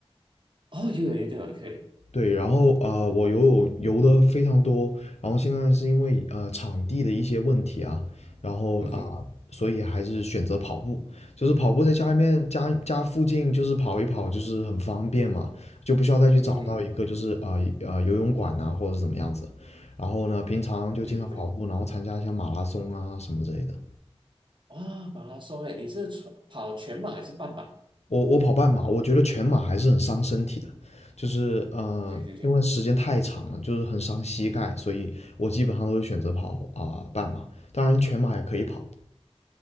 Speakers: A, on the right (about 50°); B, on the left (about 85°).
A: 哦，有点有点 OK，
B: 对，然后啊、呃我游泳游的非常多，然后现在是因为呃场地的一些问题啊，然后啊、
A: 嗯哼，
B: 所以还是选择跑步，就是跑步在家里面家家附近就是跑一跑，就是很方便嘛，就不需要再去找到一个就是啊啊、
A: 嗯哼嗯哼，
B: 呃呃游泳馆呐、或者是怎么样子，然后呢，平常就经常跑步，
A: 对对对，
B: 然后参加一下马拉松啊什么之类的。
A: 哇，马拉松诶，你是跑全马还是半马？
B: 我我跑半马，我觉得全马还是很伤身体的，就是呃，
A: 对对对，
B: 因为时间太长了，就是很伤膝盖，所以我基本上都会选择跑啊、半马。当然，全马也可以跑。